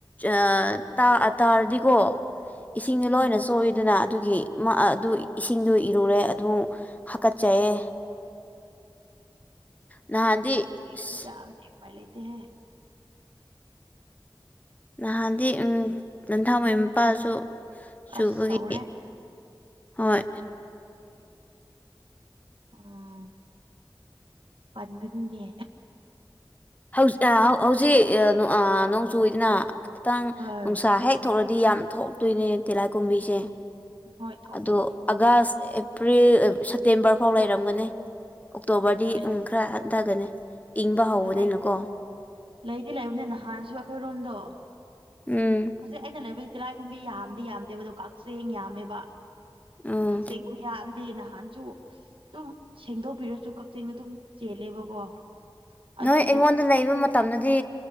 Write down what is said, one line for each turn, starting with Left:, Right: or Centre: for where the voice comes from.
Left: ꯑ ꯇꯥ ꯇꯥꯔꯗꯤꯀꯣ ꯏꯁꯤꯡꯅ
Right: ꯍꯣꯏ
Left: ꯂꯣꯏꯅ ꯆꯣꯠꯂꯤ ꯑꯗꯨꯅ ꯑꯗꯨꯒꯤ ꯃꯥ ꯑꯗꯨ ꯏꯁꯤꯡꯗ ꯏꯔꯨꯔꯦ ꯑꯗꯨ ꯍꯥꯀꯠꯆꯩꯌꯦ ꯅꯍꯥꯟꯗꯤ ꯑꯁ
Right: ꯄꯨꯌꯥꯝꯗꯦ ꯎꯄꯥꯏ ꯂꯩꯇꯦꯍꯦ
Left: ꯅꯍꯥꯟꯗꯤ ꯎꯝ ꯅꯟꯊꯥꯡꯋꯥꯩ ꯃꯄꯥꯜꯁꯨ ꯆꯨꯕꯒꯤ
Right: ꯑꯁ ꯇꯧꯔꯦ
Left: ꯍꯣꯏ
Right: ꯎꯝ ꯄꯟꯒꯅꯨꯅꯦ
Left: ꯍꯧꯖꯤ ꯍꯧꯖꯤꯛ ꯑꯥ ꯅꯣꯡ ꯆꯨꯌꯦꯗꯅ ꯈꯤꯇꯪ
Right: ꯍꯣꯏ
Left: ꯅꯨꯡꯁꯥ ꯍꯦꯛ ꯊꯣꯛꯔꯗꯤ ꯌꯥꯝ ꯊꯣꯛꯇꯣꯏꯅꯦ ꯇꯤꯂꯥꯏ ꯀꯨꯝꯕꯤꯁꯦ
Right: ꯍꯣꯏ ꯊꯣꯛꯄꯅꯦ
Left: ꯑꯗꯣ ꯑꯥꯒꯁ ꯑꯦꯄ꯭ꯔꯤꯜ ꯁꯦꯞꯇꯦꯝꯕꯔ ꯐꯥꯎ ꯂꯩꯔꯝꯒꯅꯤ ꯑꯣꯛꯇꯣꯕꯔꯗꯤ
Right: ꯍꯣꯏ
Left: ꯎꯝ ꯈꯔ ꯍꯟꯊꯒꯅꯤ ꯏꯪꯕ ꯍꯧꯕꯅꯤꯅꯀꯣ
Right: ꯑꯗꯨ ꯂꯩ ꯂꯩꯗꯤ ꯂꯩꯕꯅꯦ ꯅꯍꯥꯟꯁꯨ ꯑꯩꯈꯣꯏ ꯔꯣꯝꯗꯣ
Left: ꯎꯝ
Right: ꯍꯧꯖꯤꯛ ꯑꯩꯅ ꯂꯩꯕꯗꯤ ꯇꯤꯂꯥꯏꯈꯨꯝꯕꯤ ꯌꯥꯝꯗꯤ ꯌꯥꯝꯗꯦꯕ ꯑꯗꯣ ꯀꯛꯆꯦꯡ ꯌꯥꯝꯃꯦꯕ
Left: ꯎꯝ
Right: ꯀꯛꯆꯦꯡ ꯌꯥꯝꯗꯦ ꯅꯍꯥꯟꯁꯨ ꯑꯗꯨꯝ ꯁꯦꯡꯗꯣꯛꯄꯤꯔꯁꯨ ꯀꯛꯆꯦꯡꯗꯤ ꯑꯗꯨꯝ ꯆꯦꯜꯂꯦꯕꯀꯣ ꯑꯗꯨꯕꯨ
Left: ꯅꯣꯏ ꯑꯩꯉꯣꯟꯗ ꯂꯩꯕ ꯃꯇꯝꯗꯗꯤ